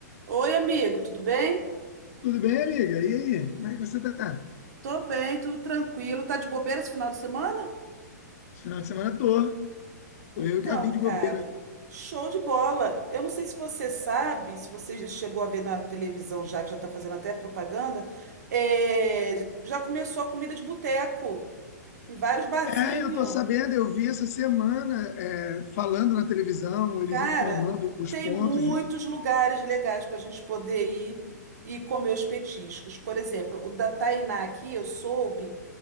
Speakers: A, on the right; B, on the left.
A: Oi, amigo, tudo bem?
B: Tudo bem, amiga? E aí? Como é que você tá?
A: Tô bem, tudo tranquilo. Tá de bobeira esse final de semana?
B: Esse final de semana tô. Tô
A: Então,
B: eu e Gabi de
A: cara,
B: bobeira.
A: show de bola. Eu não sei se você sabe, se você já chegou a ver na televisão já, que já tá fazendo até propaganda, é, já começou a comida de boteco em vários barzinhos.
B: É, eu tô sabendo, eu vi essa semana é, falando na televisão, eles
A: Cara,
B: informando os
A: tem
B: pontos
A: muitos
B: de.
A: lugares legais para a gente poder ir e comer os petiscos. Por exemplo, o da Tainá aqui, eu soube